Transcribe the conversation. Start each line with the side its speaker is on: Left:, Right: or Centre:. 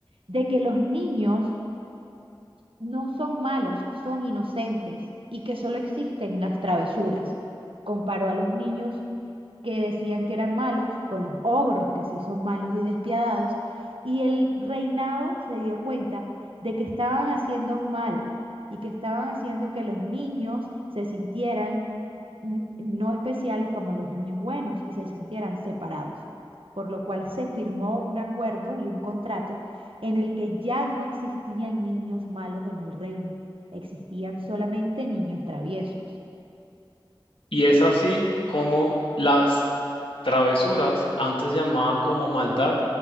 Right: de que los niños no son malos, son inocentes y que solo existen las travesuras. Comparó a los niños que decían que eran malos con los ogros que sí son malos y despiadados y el reinado se dio cuenta de que estaban haciendo un mal y que estaban haciendo que los niños se sintieran n- no especiales como los niños buenos y se sintieran separados, por lo cual se firmó un acuerdo y un contrato en el que ya no existían niños malos en el reino, existían solamente niños traviesos,
Left: Y es así como las travesuras, antes llamada como maldad,